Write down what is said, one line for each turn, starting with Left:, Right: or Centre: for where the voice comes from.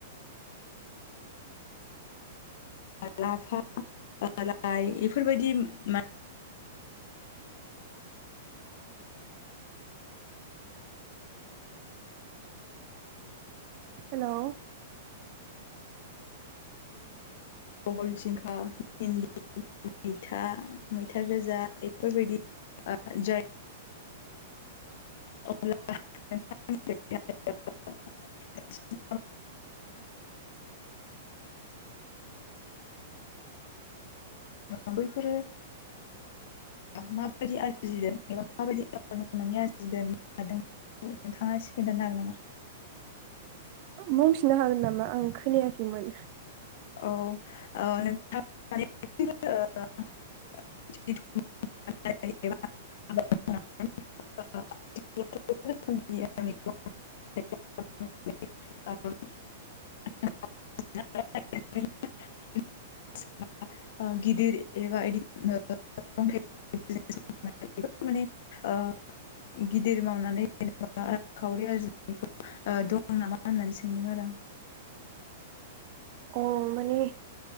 Left: लाफा लाइ बेफोरबायदि <unintelligible>
Right: हेलौ
Left: बहल जिंखा भिनदि मैथा मैथा गोजा बेफोरबायदि जाय अब्ला <unintelligible> <unintelligible> <unintelligible> बैफोरो <unintelligible> माबायदि आरजिदों एबा माबायदि आरजिदों <unintelligible> <unintelligible> हादों नोंथाङा खोनथानो हागोन नामा
Right: बुंफिनो हागोन नामा आं खोनायाखैमोन।
Left: औ ओ नोंथां <unintelligible> <unintelligible> <unintelligible> <unintelligible> <unintelligible> गिदिर एबा इदि <unintelligible> <unintelligible> माने ओ <unintelligible> गिदिर मावनानै जेनेबा रांखावरि आरजिनायखौ दं नामा होननानै सोंदों आरो आं <inaudible>
Right: अ माने